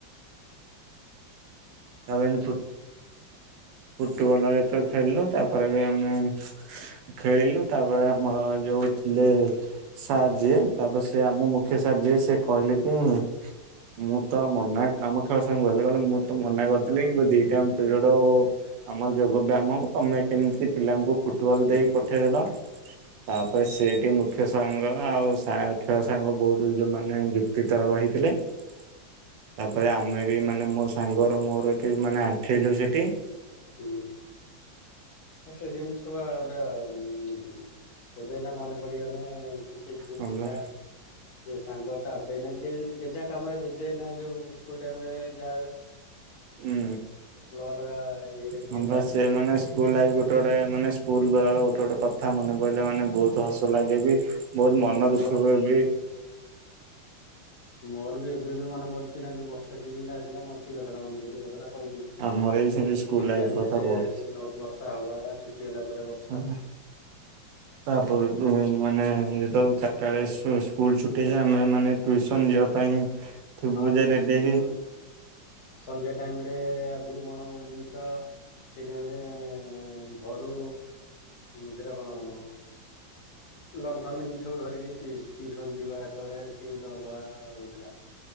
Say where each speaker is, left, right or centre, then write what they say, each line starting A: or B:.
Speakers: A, on the right (about 75°); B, on the left (about 60°).
A: ତାପରେ ଆମେ ଫୁଟ୍ ଫୁଟବଲ ଯେତେବେଳେ ଖେଳିଲୁ ତାପରେ ବି ଆମେ। ଖେଳିଲୁ ତାପରେ ଆମର ଯୋଉ ଥିଲେ। ସାର୍ ଯିଏ ତାପରେ ସିଏ ଆମ ମୁଖ୍ୟ ସାର୍ ଯିଏ ସିଏ କହିଲେ କି। ମୁଁ ତ ମନା ଆମ ଖେଳ ସାର ଙ୍କୁ କହିଲେ କହିଲେ ମୁଁ। ତ ମନା କରିଥିଲେ
B: ହଁ
A: କି ଦିଟା ଯାଙ୍କ ପିରିଅଡ ଆମର ଯୋଗ ବ୍ୟାମ ହବ ତମେ କେମିତି ପିଲାଙ୍କୁ। ଫୁଟବଲ ଦେଇ
B: ଖେଳିଲ
A: ପଠେଇଦେଲ।
B: ହଁ
A: ତାପରେ ସେଇଠି ମୁଖ୍ୟ ସାର ଙ୍କର ଆଉ ସା‌ ଖେଳ ସାର ସାଙ୍ଗ ବହୁତ ମାନେ ଯୁକ୍ତି ତରକ ହେଇଥିଲେ। ତାପରେ ଆମେ ବି ମାନେ ମୋ ସାଙ୍ଗର ମୋର କି ମାନେ ଆଣ୍ଠେଇଲୁ ସେଠି।
B: ହୁଁ। ହଁ ସେ ଜିନିଷ ବା ଗୋଟା କେବେ ନା ମନେ ପଡିବ ନା। କି ସେଇଠି ସବୁ
A: ହେଲା
B: ପିଲା। ସେ ସାଙ୍ଗ ତାପରେ ଏଇନା ଯେ ଯେଝା କାମରେ ଜେ ଜେ ଏଇନା ଯୋଉ ସ୍କୁଲ ଟାଇରେ ଯା ହେଲେ।
A: ଉଁ
B: ଅଲଗା ଇଏରେ କିଏ
A: ହଁ
B: ବାହାରକୁ
A: ବା ସେ
B: ପଳେଇଛି
A: ମାନେ
B: କିଏ
A: ସ୍କୁଲ ଲାଇଫି ଗୋଟେ। ଗୋଟେ ଗୋଟେ ମାନେ ସ୍କୁଲ ବେଳ ର ଗୋଟେ ଗୋଟେ କଥା ମନେ ପଡିଲେ ମାନେ। ବହୁତ ହସ ଲାଗେ ବି ବହୁତ
B: ମୋ
A: ମନ
B: ମୋ
A: ଦୁଃଖ ହୁଏ ବି।
B: ମୋର ବି ଏବେ ବି ମନେ ପଡିଛି ନା ଯୋଉ ବ ର୍ଷା ଶିଜନ ଟା ଆସିଲା ମୋର ସେଇ କଥାଟା ମନେ ପଡୁଛି ଯୋଉ କଥାଟା କହିଲି।
A: ଆମର ବି ସେମିତି ସ୍କୁଲ
B: ଠିକ
A: ଲାଇଫ
B: ଟାଇମ
A: କଥା
B: ରେ ସେ
A: ବହୁତ।
B: ସେଇନ ବର୍ଷା ହବା ଛୁଟି ହେଲା ପରେ ବର୍
A: ହୁଁ। ତ ପୁ ପୁ ମାନେ ଯେତେ ବେଳେ ଚାରିଟା ବେଳେ ସୁ ସ୍କୁଲ ଛୁଟି ହେଇ ଯାଏ ଆମେ ମାନେ ଟ୍ୟୁସନ ଯିବା ପାଇଁ। ତୋ
B: ହଁ
A: ବୋଉ
B: ଟିସ୍
A: ଜାଇ ରେଡି
B: ଟିଉସନ
A: ହେଇ
B: ସନ୍ଧ୍ୟା ଟାଇମ ରେ ଆଗରୁ କଣ ଗୋଟେ ଜିନିଷ ସେଇ ଟାଇମରେ ଘରୁ ସେଇଟା କଣ ଲଣ୍ଠନ ଏମିତି ସବୁ ଧରିକି ଟି ଟିସନ ଯିବା ଯେତେବେଳେ ସିଏ ଗୋଟେ ଅଲଗା ରହୁଥିଲା।